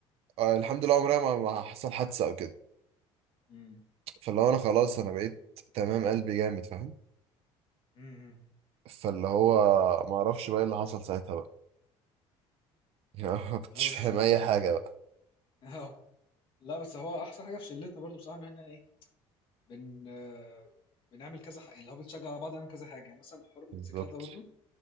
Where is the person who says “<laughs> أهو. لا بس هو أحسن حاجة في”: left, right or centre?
Left